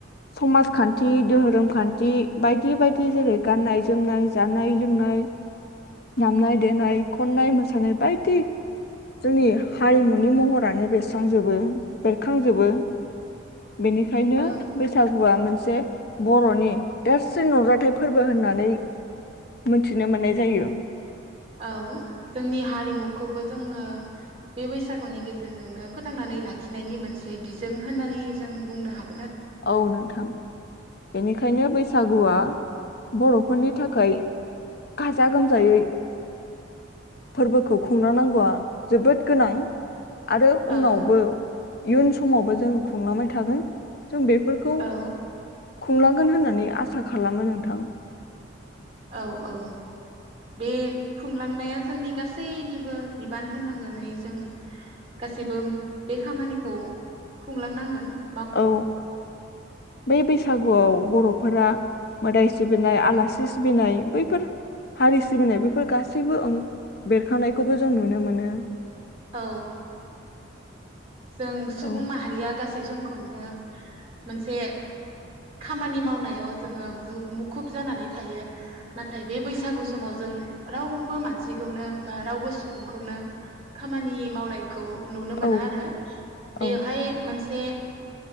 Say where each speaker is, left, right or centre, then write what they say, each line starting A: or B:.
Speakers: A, on the left (about 50°); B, on the right (about 30°).
A: समाजखान्थि, दोहोरोम खान्थि बायदि बायदि जेरै गाननाय-जोमनाय, जानाय-लोंनाय, दामनाय-देनाय, खननाय-मोसानाय, बायदि जोंनि हारिमुनि महरानो बेसो । खांजोबो बेरखांजोबो । बेनिखायनो
B: औ
A: बैसागुआ मोनसे जे बर'नि देरसिन नुजाथाइ फोरबो होननानै मोनथिनो मोननाय जायो ।
B: औ जोंनि हारिमुखौबो जोङो बे बैसागुनि गेजेरजोंनो फोथांनानै लाखिनायनि मोनसे बिजों होननानै जों बुंनो हाग
A: औ नोंथां बेनिखायनो बै सागुआ बर'फोरनि थाखाय गाजा गोमजायै फोरबोखौ खुंलांनांगौआ जोबोद गोनां । आरो
B: औ
A: उनावबो इयुन समावबो जों खुंलांबाय थागोन । जों बेफोरखौ
B: औ
A: खुंलांगोन होननानै आसा खालामो नोंथां ।
B: औ औ बे खुंलांनाया जोंनि गासैनिबो बिबान होनांगोन नै जों गासैबो बे खामानिखौ खुंलांनांगोन ।
A: औ बै बैसागुआव बर' फोरा मोदाय सिबिनाय आलासि सिबिनाय बैफोर हारि सिबिनाय बेफोर गासैबो बेरखांनायखौबो जों नुनो मोनो।
B: औ। जों सुबुं
A: औ
B: माहारिया गासै सम खौनो मोनसे खामानि मावनायाव जोङो हु मुखुब जानानै थायो नाथाय बे बैसागु समाव जों रावबो मानसिखौनो बा रावबो सुबुंखौ खौनो खामानि मावनायखौ नुनो
A: औ
B: मोना आरो।
A: औ
B: बेवहाय मा मोनसे